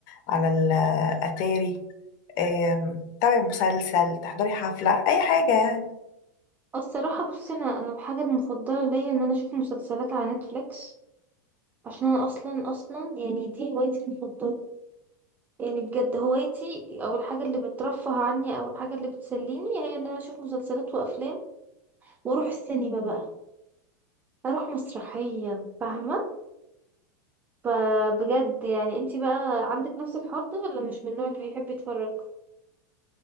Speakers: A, on the left; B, on the right.
A: على الاتاري آم، تابعي مسلسل تحضري حفلة اي حاجة يعني
B: الصراحة بصي أنا أنا الحاجة المفضلة ليا إن أنا أشوف مسلسلات على نتفليكس عشان أنا أصلا أصلا يعني دي هوايتي المفضلة يعني بجد هوايتي أو الحاجة اللي بترفه عني أو الحاجة اللي بتسليني هي إن أنا أشوف مسلسلات وأفلام وأروح السينما بقى أروح مسرحية فاهمة فبجد يعني انتي بقى عندك نفس الحوار ده ولا مش من النوع اللي بيحب يتفرج